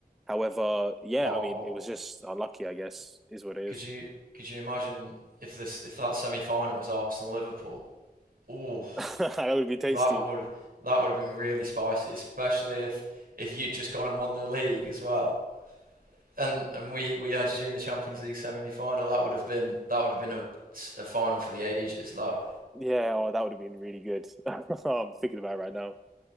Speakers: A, in the centre; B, on the right.
A: However, yeah,
B: Or
A: I mean it was just unlucky. I guess is what it
B: could
A: is.
B: you could you imagine if this if that semi final was Arsenal Liverpool? Oh,
A: <laughs> that would be tasty.
B: that would have that would have been really spicy, especially if if you'd just gone and won the league as well. And and we we had you in the Champions League semi final. That would have been that would have been a, a final for the ages. That
A: Yeah, oh, that would have been really good. <laughs> I'm thinking about it right now.